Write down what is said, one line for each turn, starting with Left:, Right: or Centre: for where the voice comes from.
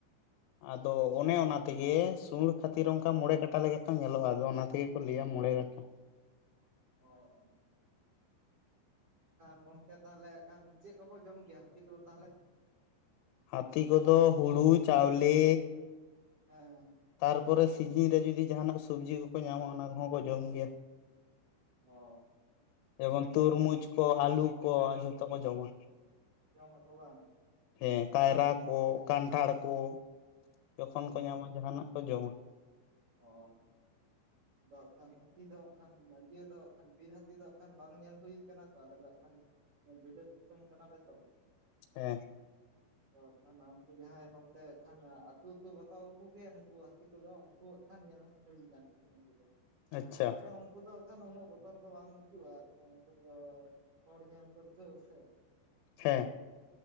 Left: ᱟᱫᱚ ᱚᱱᱮ ᱚᱱᱟ ᱛᱮᱜᱮ ᱥᱩᱲ ᱠᱷᱟᱹᱛᱤᱨ ᱚᱱᱠᱟ ᱢᱚᱬᱮ ᱠᱟᱴᱟ ᱞᱮᱠᱟ ᱠᱚ ᱧᱮᱞᱚᱜᱼᱟ ᱟᱫᱚ ᱚᱱᱟ ᱛᱮᱜᱮ ᱠᱚ ᱞᱟᱹᱭᱟ ᱢᱚᱬᱮ ᱠᱟᱴᱟ᱾ <unintelligible>
Right: ᱦᱳ <unintelligible> ᱟᱨ ᱜᱚᱝᱠᱮ ᱛᱟᱦᱚᱞᱮ ᱠᱷᱟᱱ ᱪᱮᱫ ᱠᱚᱠᱚ ᱡᱚᱢ ᱜᱮᱭᱟ ᱦᱟᱹᱛᱤ ᱠᱚᱫᱚ ᱛᱟᱦᱚᱞᱮ
Left: ᱦᱟᱹᱛᱤ ᱠᱚᱫᱚ ᱦᱩᱲᱩ ᱪᱟᱣᱞᱮ᱾
Right: ᱦᱮᱸ
Left: ᱛᱟᱨᱯᱚᱨᱮ ᱥᱤᱡᱤᱱ ᱨᱮ ᱡᱩᱫᱤ ᱡᱟᱦᱟᱱᱟᱜ ᱥᱚᱵᱡᱤ ᱠᱚᱠᱚ ᱧᱟᱢᱟ ᱚᱱᱟ ᱠᱚᱦᱚᱸ ᱠᱚ ᱡᱚᱢ ᱜᱮᱭᱟ᱾
Right: ᱚ
Left: ᱡᱮᱢᱚᱱ ᱛᱩᱨᱢᱩᱡᱽ ᱠᱚ ᱟᱹᱞᱩ ᱠᱚ ᱡᱷᱚᱛᱚ ᱠᱚ ᱡᱚᱢᱟ᱾
Right: ᱡᱚᱢ ᱟᱠᱚᱣᱟ
Left: ᱦᱮᱸ ᱠᱟᱭᱨᱟ ᱠᱚ ᱠᱟᱱᱴᱷᱟᱲ ᱠᱚ ᱡᱚᱠᱷᱚᱱ
Right: ᱚ
Left: ᱠᱚ ᱧᱟᱢᱟ ᱡᱟᱦᱟᱱᱟᱜ ᱡᱚᱢᱟ
Right: ᱚ ᱟᱫᱚ ᱦᱟᱸᱜ ᱠᱷᱟᱱ ᱦᱟᱹᱛᱤ ᱫᱚ ᱦᱟᱸᱜ ᱠᱷᱟᱱ ᱤᱭᱟᱹ ᱫᱚ ᱦᱟᱸᱜ ᱠᱷᱟᱱ ᱵᱤᱨ ᱦᱟᱹᱛᱤ ᱫᱚ ᱦᱟᱜ ᱠᱷᱟᱱ ᱵᱟᱝ ᱧᱮᱞ ᱦᱩᱭᱩ ᱠᱟᱱᱟ ᱛᱚ ᱟᱞᱮ ᱫᱚ ᱦᱟᱜ ᱠᱷᱟᱱ ᱵᱤᱹᱞᱟᱛ ᱫᱤᱥᱚᱢ ᱠᱟᱱᱟᱞᱮ ᱛᱚ᱾
Left: ᱦᱮᱸ
Right: ᱟᱫᱚ ᱦᱟᱸᱜ ᱠᱷᱟᱱ ᱩᱱᱠᱩ ᱡᱟᱦᱟᱸᱭ ᱱᱚᱛᱮ ᱠᱷᱟᱱ ᱟᱹᱛᱩ ᱟᱹᱛᱩ ᱵᱟᱠᱚ ᱟᱹᱜᱩ ᱠᱚᱜᱮᱭᱟ ᱱᱩᱠᱩ ᱦᱟᱹᱛᱤ ᱠᱚᱫᱚ ᱩᱱᱠᱚ ᱦᱟᱜ ᱠᱷᱟᱱ ᱧᱮᱞ ᱦᱩᱭᱼᱠᱟᱱ ᱛᱟᱦᱮ ᱩᱱᱠᱩ ᱫᱚ
Left: ᱟᱪᱪᱷᱟ
Right: ᱟᱫᱚ ᱩᱱᱠᱩ ᱫᱚ ᱵᱟᱠᱷᱟᱱ ᱩᱱᱟᱹᱜ ᱵᱚᱛᱚᱨ ᱫᱚ ᱵᱟᱝ ᱵᱩᱡᱩᱜᱼᱟ ᱩᱱᱠᱩ ᱫᱚ ᱦᱚᱲ ᱧᱮᱞ ᱯᱟᱹᱨᱠᱟᱹᱣ ᱥᱮ
Left: ᱦᱮᱸ